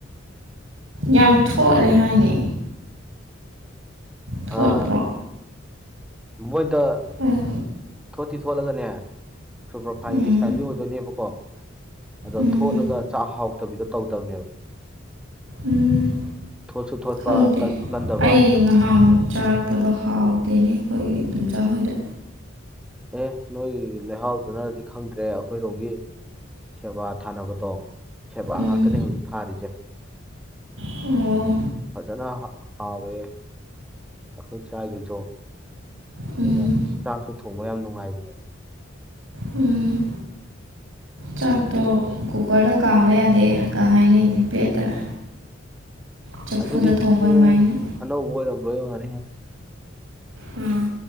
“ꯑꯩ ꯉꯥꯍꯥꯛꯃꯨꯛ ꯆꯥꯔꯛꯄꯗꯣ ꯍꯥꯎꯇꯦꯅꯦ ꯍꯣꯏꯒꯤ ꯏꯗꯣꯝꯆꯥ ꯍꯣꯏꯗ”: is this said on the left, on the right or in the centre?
Right